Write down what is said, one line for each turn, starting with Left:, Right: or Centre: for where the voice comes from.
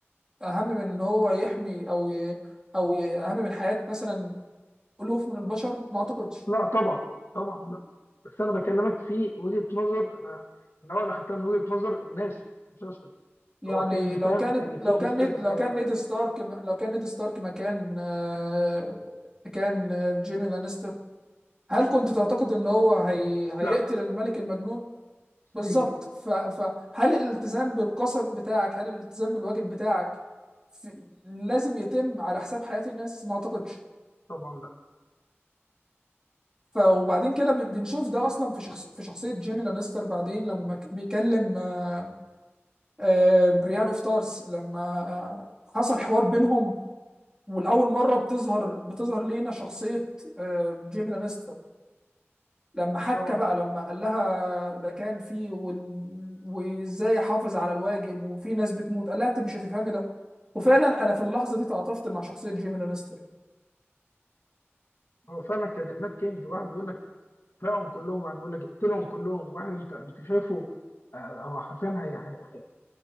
Right: اهم من ان هو يحمي او ي... او ي... اهم من حياة مثلا الوف من البشر ما اعتقدش
Left: لا طبعا طبعا لا بس انا بكلمك في وجهة نظر انا من اول اخدتها من وجهة نظر الناس المسلسل
Right: يعني
Left: هو كان
Right: لو
Left: فاهم
Right: كانت
Left: كان الكينج
Right: لو كان
Left: سلاير
Right: نيد لو
Left: ايوه
Right: كان
Left: ايوه
Right: نيد ستارك لو كان نيد ستارك مكان آه، كان آه، جيمي لانستر هل كنت تعتقد ان هو هي... هيقتل
Left: لا
Right: الملك المجنون
Left: مستحيل
Right: بالظبط ف- فهل الالتزام بالقسم بتاعك هل الالتزام بالواجب بتاعك في- لازم يتم على حساب حياة الناس ما اعتقدش
Left: طبعا لا
Right: ف وبعدين كده ب- بنشوف ده اصلا في شخص في شخصية جيمي لانستر بعدين لما ك- بيكلم آه، آه، بريان اوف تارس لما آه، حصل حوار بينهم والأول مرة بتظهر بتظهر لينا شخصية آه، جيمي لانستر لما حكى
Left: اه
Right: بقى لما قال لها ده كان في وال... وازاي احافظ على الواجب وفي ناس بتموت قال لها انت مش هتفهمي ده وفعلا انا في اللحظه دي تعاطفت مع شخصيه جيمي لانستر
Left: هو فعلا كان المات كينج واحد بيقول لك احرقهم كلهم واحد بيقول لك اقتلهم كلهم واحد انت انت شايفه آه، هو حرفيا هي هي هي